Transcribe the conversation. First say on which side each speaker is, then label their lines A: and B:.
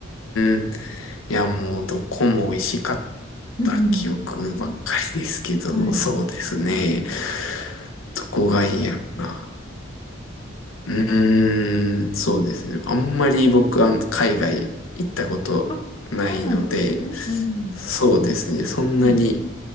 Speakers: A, on the left; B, on the left.
A: ーん。いや、もう、どこも美味しかっ
B: <laughs>
A: た記憶ばっかりですけど、
B: はい。
A: そうですね。どこがいいやろな。うーん、そうですね。あんまり僕は海外行ったことないので、
B: あ、そうなんです。うん。
A: そうですね。そんなに、
B: はい。